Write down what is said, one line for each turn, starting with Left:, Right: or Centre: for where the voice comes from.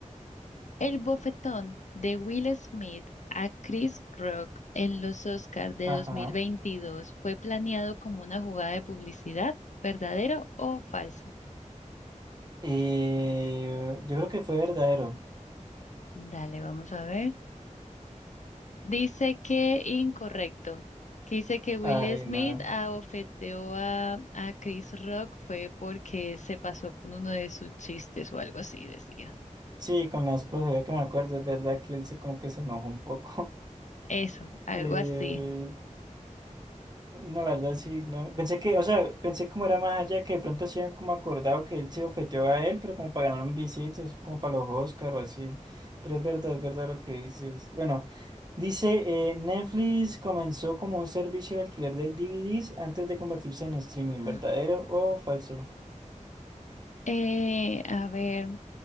Left: el bofetón de Will Smith a Chris Rock en los Oscars de
Right: Ajá.
Left: 2022 fue planeado como una jugada de publicidad, ¿verdadero o falso?
Right: Eh, yo creo que fue verdadero.
Left: Dale, vamos a ver. Dice que incorrecto. Que dice que Will
Right: Ay,
Left: Smith
Right: nada.
Left: abofeteó a, a Chris Rock fue porque se pasó con uno de sus chistes o algo así, decía.
Right: Sí, con la esposa, ya que me acuerdo, es verdad que él se como que se enojó un poco. <laughs>
Left: Eso, algo
Right: Eh,
Left: así.
Right: no, la verdad sí, no. Pensé que, o sea, pensé como era más allá que de pronto se habían como acordado que él se ofeteó a él, pero como para ganar un visitas, como para los Oscar o así. Pero es verdad, es verdad lo que dices. Bueno, dice, eh, Netflix comenzó como un servicio de alquiler de DVDs antes de convertirse en streaming,
Left: <clears throat>
Right: ¿verdadero o falso?
Left: Eh, a ver,